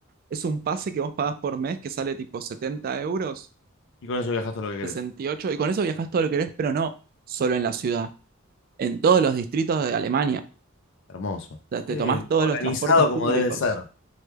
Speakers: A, on the right (about 45°); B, on the left (about 65°).
A: es un pase que vos pagás por mes que sale tipo 70 euros,
B: Y con eso viajás todo lo que querés.
A: sesenta y ocho. Y con eso viajás todo lo que querés, pero no solo en la ciudad, en todos los distritos de Alemania.
B: Hermoso.
A: O sea, te
B: Sí,
A: tomás todos
B: organizado
A: los transportes públicos.
B: como debe ser.